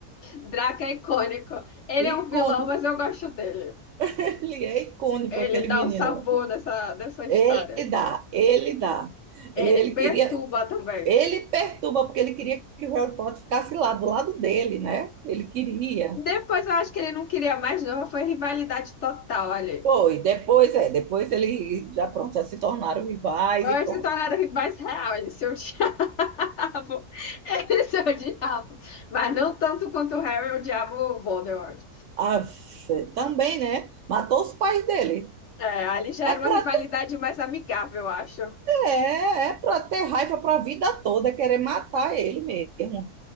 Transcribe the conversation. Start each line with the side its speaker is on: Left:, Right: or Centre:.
Left: Draco é icônico. Ele
Right: Icônico.
Left: é um vilão, mas eu gosto dele.
Right: Ele é icônico,
Left: Ele
Right: aquele
Left: dá
Right: menino.
Left: o sabor dessa, dessa história.
Right: Ele dá, ele dá.
Left: Ele
Right: E ele
Left: perturba
Right: queria,
Left: também.
Right: ele perturba, porque ele queria que o Harry Potter ficasse lá, do lado dele, né? Ele queria.
Left: Depois eu acho que ele não queria mais, não. Foi rivalidade total ali.
Right: Foi, depois, é, depois ele já pronto, já se tornaram rivais
Left: Vai
Right: e pronto.
Left: se tornar mais real, ele seu diabo. <laughs> Ele seu diabo. <laughs> Mas não tanto quanto o Harry, odiava o diabo Voldemort.
Right: Ah, também, né? Matou os pais dele.
Left: É, ali já
Right: É
Left: era
Right: para
Left: uma rivalidade
Right: ter,
Left: mais amigável, eu acho.
Right: é, é para ter raiva para a vida toda, é querer matar ele mesmo.